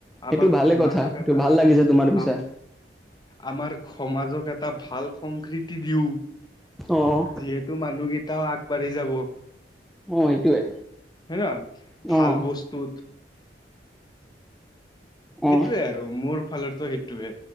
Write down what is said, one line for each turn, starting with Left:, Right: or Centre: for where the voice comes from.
Centre: এইটো
Left: আমাৰ
Centre: ভালে
Left: সমাজক
Centre: কথা এইটো
Left: এটা
Centre: ভাল লাগিছে তোমাৰ পিছা
Left: আম আমাৰ সমাজক এটা ভাল ভাল সংক্ৰীতি দিও যিহেতু
Centre: অঁ
Left: মানুহকেইটাও আগবাঢ়ি যাব।
Centre: অ সেইটোৱে
Left: ন ভাল
Centre: অঁ
Left: বস্তুত সেইটোৱে
Centre: অঁ
Left: আৰু মোৰ ফালৰ সেইটোৱে